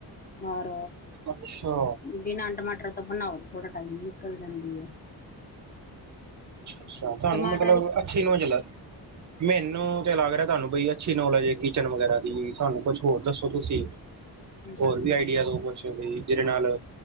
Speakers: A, on the left (about 25°); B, on the right (about 45°).
A: ਔਰ
B: ਅੱਛਾ
A: ਬਿਨਾਂ ਟਮਾਟਰ ਤੋਂ ਬਣਾਓ ਥੋੜਾ ਟਾਈਮ ਨਿਕਲ ਜਾਂਦੀ ਹੈ।
B: ਅੱ ਤੁਹਾਨੂੰ
A: ਟਮਾਟਰਾਂ
B: ਮਤਲਬ
A: ਦੀ
B: ਅੱਛੀ ਨਜ ਲ ਮੈਨੂੰ ਤੇ ਲੱਗ ਰਿਹਾ। ਤੁਹਾਨੂੰ ਬਈ ਅੱ ਅ ਨੌਲਜ ਹੈ ਕਿਚਨ ਵਗੈਰਾ ਦੀ ਸਾਨੂੰ ਕੁਛ ਹੋਰ ਦੱਸੋ। ਤੁਸੀਂ ਹੋਰ
A: ਹਾਂਜੀ
B: ਵੀ ਆਈਡੀਆ
A: ਹਾਂ
B: ਦਓ ਕੁਛ। ਜਿਹਦੇ ਨਾਲ